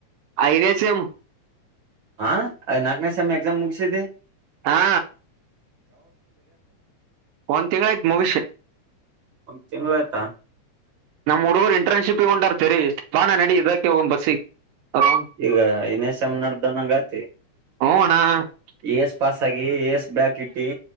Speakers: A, on the right (about 80°); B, on the right (about 60°).
A: ಐದೇ ಸೆಮ್
B: ಹಾ ಅಯ್ ನಾಕ್ನೆ ಸೆಮ್ ಎಕ್ಜಾಮ್ ಮುಗ್ಸಿದ್ದಿ
A: ಹಾ ಒಂದ್ ತಿಂಗ್ಳಾಯ್ತ್ ಮಗಷಿ
B: ಒಂದ್ ತಿಂಗ್ಳಾಯ್ತಾ
A: ನಮ್ಮ್ ಹುಡ್ಗುರ್ ಇಂಟರ್ನ್ಶಿಪ್ಪಿಗ್ ಗೊಂಟಾರ್ ಚೆರಿಸ್ಟ್ ಬಾಣ ನಡಿ ಇದಕ್ಕೆ ಹೋಗುಮ್ ಬಸ್ಸಿಗೆ ರೌಂಡ್
B: ಈಗ ಇನ್ಯಾ ಸೆಮ್ ನಡ್ದ ಅನ್ನಂಗಾತಿ
A: ಹ್ಞೂ ಅಣ್ಣ
B: ಇ ಎಸ್ ಪಾಸಾಗಿ ಎ ಎಸ್ ಬ್ಯಾಕಿಟ್ಟಿ